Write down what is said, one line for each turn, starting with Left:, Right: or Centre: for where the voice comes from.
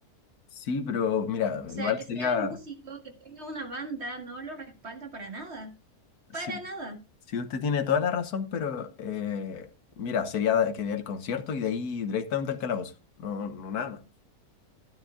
Left: Sí, pero mira,
Right: O sea,
Left: igual
Right: que
Left: sería,
Right: sea músico, que tenga una banda, no lo respalda para nada,
Left: sí,
Right: para nada.
Left: sí, usted tiene toda la razón, pero eh, mira, sería que dé el concierto y de ahí directamente al calabozo. No, no nada más.